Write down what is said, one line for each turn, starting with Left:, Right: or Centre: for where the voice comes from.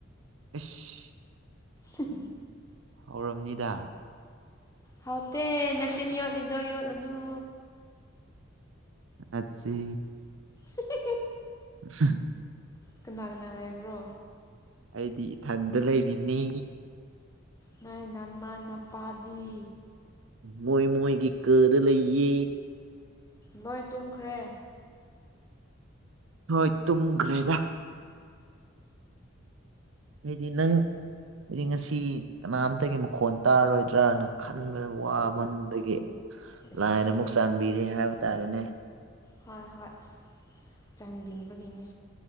Right: ꯏꯁꯁ
Left: ꯖ
Right: ꯍꯧꯔꯝꯅꯤꯗ
Left: ꯍꯥꯎꯇꯦ ꯅꯥꯇꯤꯟ ꯌꯣꯠꯂꯤꯗꯣ ꯌꯣꯠꯂꯨꯅꯨ
Right: ꯑꯆ
Left: ꯍꯤ
Right: ꯖꯤ
Left: ꯀꯅꯥ ꯀꯅ ꯂꯩꯕ꯭ꯔꯣ
Right: ꯑꯩꯗꯤ ꯏꯊꯟꯗ ꯂꯩꯔꯤꯅꯤ
Left: ꯅꯪ ꯅꯃꯥ ꯅꯄꯥꯗꯤ
Right: ꯃꯣꯏ ꯃꯣꯏꯒꯤ ꯀꯗ ꯂꯩꯌꯦ
Left: ꯃꯣꯏ꯫ ꯇꯨꯝꯈ꯭ꯔꯦ
Right: ꯍꯣꯏ ꯇꯨꯝꯈ꯭ꯔꯦꯗ ꯑꯩꯗꯤ ꯅꯪ ꯑꯩꯗꯤ ꯉꯁꯤ ꯀꯅꯥꯝꯇꯒꯤ ꯃꯈꯣꯟ ꯇꯥꯔꯔꯣꯏꯗ꯭ꯔꯅ ꯈꯟꯕ ꯋꯥꯃꯟꯕꯥꯒꯤ
Left: ꯏꯁ
Right: ꯂꯥꯏꯅ ꯑꯃꯨꯛ ꯆꯥꯟꯕꯤꯔꯦ ꯍꯥꯏꯕ ꯇꯥꯔꯦꯅꯦ
Left: ꯍꯣꯏ ꯍꯣꯏ ꯆꯥꯟꯕꯤꯕꯒꯤꯅꯦ